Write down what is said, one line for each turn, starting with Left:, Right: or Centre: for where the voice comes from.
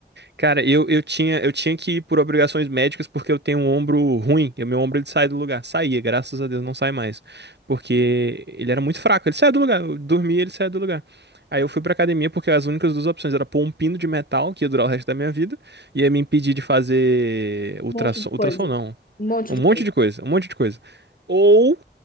Right: Cara, eu, eu tinha, eu tinha que ir por obrigações médicas porque eu tenho um ombro ruim. E o meu ombro ele sai do lugar. Saía, graças a Deus, não sai mais. Porque ele era muito fraco. Ele saía do lugar. Eu dormia, ele saía do lugar. Aí eu fui pra academia porque as únicas duas opções era pôr um pino de metal, que ia durar o resto da minha vida, e ia me impedir de fazer ultrassom,
Left: Um monte de coisa,
Right: ultrassom não.
Left: um monte
Right: Um
Left: de
Right: monte
Left: coisa.
Right: de coisa, um monte de coisa. Ou